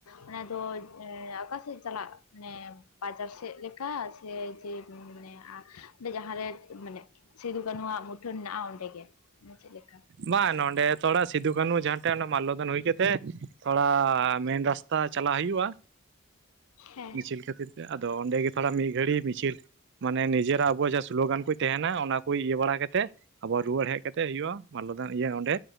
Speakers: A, on the left; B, on the right.
A: ᱚᱱᱟ ᱫᱚ ᱮ ᱚᱠᱟᱥᱮᱫ ᱪᱟᱞᱟᱜ ᱢᱟᱱᱮ ᱵᱟᱡᱟᱨ ᱥᱮᱫ ᱞᱮᱠᱟ, ᱥᱮ ᱡᱮ ᱢᱟᱱᱮ ᱟ ᱚᱸᱰᱮ ᱡᱟᱸᱦᱟᱨᱮ ᱢᱟᱱᱮ, ᱥᱤᱫᱷᱩ ᱠᱟᱹᱱᱩ ᱟᱜ ᱢᱩᱴᱷᱟᱹᱱ ᱦᱮᱱᱟᱜᱼᱟ ᱚᱸᱰᱮ ᱜᱮ ᱢᱩᱪᱟᱹᱫᱽ ᱞᱮᱠᱟ᱾
B: ᱵᱟᱝ ᱱᱚᱸᱰᱮ ᱛᱷᱚᱲᱟ ᱥᱤᱫᱩ ᱠᱟᱹᱱᱩ ᱡᱟᱸᱦᱟᱴᱷᱮᱱ ᱢᱟᱞᱞᱚᱫᱟᱱ ᱦᱩᱭ ᱠᱟᱛᱮ ᱛᱷᱚᱲᱟ, ᱟᱻ ᱢᱮᱱ ᱨᱟᱥ ᱛᱟ ᱪᱟᱞᱟᱜ ᱦᱩᱭᱩᱜᱼᱟ᱾
A: ᱦᱮᱸ
B: ᱢᱤᱪᱷᱤᱞ ᱠᱷᱟᱹᱛᱤᱨ ᱛᱮ ᱟᱫᱚ ᱚᱸᱰᱮ ᱜᱮ ᱛᱷᱚᱲᱟ ᱢᱤᱫ ᱜᱷᱟᱹᱲᱤ ᱢᱤᱪᱷᱤᱞ, ᱢᱟᱱᱮ ᱱᱤᱡᱮᱨᱟᱜ ᱟᱵᱚᱣᱟᱜ ᱡᱟᱦᱟᱸ ᱥᱳᱞᱳᱜᱟᱱ ᱠᱚ ᱛᱟᱦᱮᱱᱟ ᱚᱱᱟ ᱠᱚ ᱤᱭᱟᱹ ᱵᱟᱲᱟ ᱠᱟᱛᱮᱫ ᱟᱵᱚ ᱨᱩᱣᱟᱹᱲ ᱦᱮᱡ ᱠᱟᱛᱮᱜ ᱦᱩᱭᱩᱜᱼᱟ᱾ ᱢᱟᱞᱞᱚᱫᱟᱱ ᱤᱭᱟᱹ ᱚᱸᱰᱮ